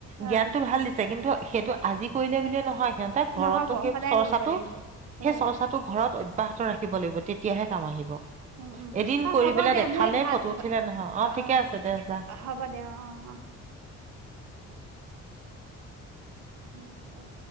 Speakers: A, on the right; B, on the right.
A: জ্ঞানটো
B: অ',
A: ভাল দিছে কিন্তু সেইটো আজি কৰিলে বুলিয়ে নহয় সিহঁতে ঘৰতো
B: নহ'ব
A: সেই
B: সদায়
A: চৰ্চাটো
B: কৰিব লাগিব। উম,
A: সেই চৰ্চাটো ঘৰত অব্যাহত ৰাখিব লাগিব তেতিয়াহে কাম আহিব।
B: উম, উম,
A: এদিন
B: অ',
A: কৰি
B: হ'ব
A: পেলাই
B: দে
A: দেখালে
B: মোৰ এই ভাল
A: ফটো উঠিলে নহয় অ
B: অ,
A: ঠিকে আছে দে যা
B: হ'ব দে। অ অ। ই কল